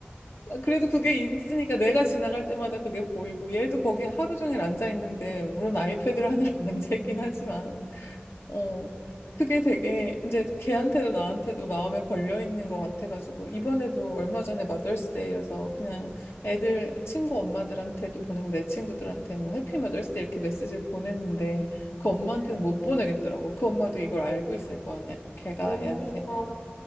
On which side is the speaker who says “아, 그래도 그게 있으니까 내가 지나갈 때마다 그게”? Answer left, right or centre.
Left